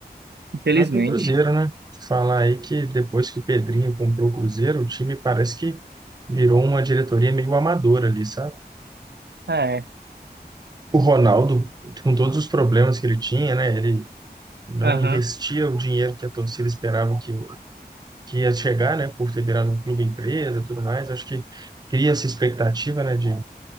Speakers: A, on the right; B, on the right.
A: infelizmente.
B: O próprio Cruzeiro, né? Falar aí que depois que o Pedrinho comprou o Cruzeiro, o time parece que virou uma diretoria meio amadora ali, sabe?
A: É,
B: O Ronaldo, com todos os problemas que ele tinha, né? Ele não
A: aham,
B: investia o dinheiro que a torcida esperava que, o- que ia chegar, né? Por ter virado um clube empresa, e tudo mais. Acho que cria essa expectativa, né? De,